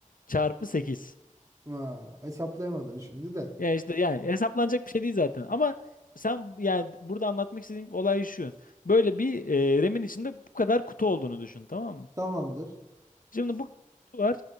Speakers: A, on the left (about 85°); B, on the right (about 25°).
A: çarpı 8.
B: Ha, hesaplayamadım şimdi de.
A: Yani işte yani hesaplanacak bir şey değil zaten. Ama sen yani burada anlatmak istediğim olay şu. Böyle bir e, RAM'in içinde bu kadar kutu olduğunu düşün tamam mı?
B: Tamamdır.
A: Şimdi bu kutu var.